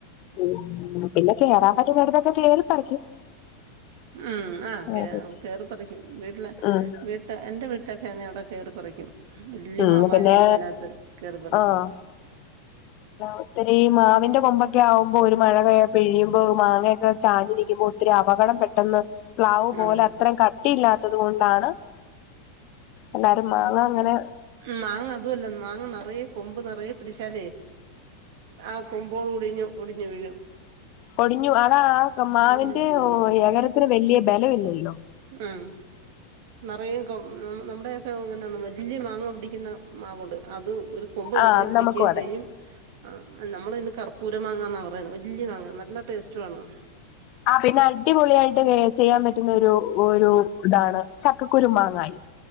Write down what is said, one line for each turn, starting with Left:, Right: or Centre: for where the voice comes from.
Left: ഉം പിന്നെ കേറാൻ പറ്റുന്നോർകൊക്കെ കേറി പറിക്കും.
Right: ഉം ആ
Left: അതെ
Right: കേറി പറിക്കും വീട്ടിലെ
Left: ഉം
Right: വീ ട്ട് എന്റെ വീട്ടിലൊക്കെയാന്നെ അവിടെ കേറി പറിക്കും. വല്ല്യ
Left: ഉം
Right: മാവായാലും
Left: പിന്നെ
Right: അതിനകത്ത് കേറി പറിക്കും.
Left: ആഹ് ഒത്തിരി മാവിന്റെ കൊമ്പൊക്കെയാവുമ്പോ ഒരു മഴ പെയ്യുമ്പോ മാങ്ങയൊക്കെ ചാഞ് നിക്കുമ്പോ ഒത്തിരി അപകടം പെട്ടെന്ന്. പ്ലാവ് പോലെ
Right: ആഹ്
Left: അത്രയും കട്ടിയില്ലാത്തത് കൊണ്ടാണ്. എല്ലാരും മാങ്ങ അങ്ങനെ
Right: ഉം മാങ്ങ അതുവല്ല മാങ്ങ നെറയ കൊമ്പ് നെറയ പിടിച്ചാലേ ആ കൊമ്പോട് കുടിഞ് ഒടിഞ്ഞ് വീഴും.
Left: പൊടിഞ്ഞു അതാ ആ
Right: മാളൂനൊന്ന്
Left: മാവിന്റെ
Right: വിളിയെ
Left: എകരത്തിന് വല്ല്യ ബലവില്ലല്ലോ.
Right: ഉം നെറയും ഉം കൊ നമ്മുടെ അങ്ങനെയാണ് വല്ല്യ മാങ്ങ പിടിക്കുന്ന മാവുണ്ട് അത് ഒരു കൊമ്പ് നെറയെ
Left: ആ
Right: പിടിക്ക്യേം
Left: നമുക്കും അതെ
Right: ചെയ്യും. ആ നമ്മളയിന് കർപ്പൂര മാങ്ങന്നാ പറയുന്നത് വല്ല്യ മാങ്ങ നല്ല ടേസ്റ്റുവാണ്.
Left: ആ പിന്നെ അടിപൊളിയായിട്ട് ചെയ്യാൻ പറ്റുന്നൊരു ഒരു ഇതാണ് ചക്കക്കുരു മാങ്ങായി.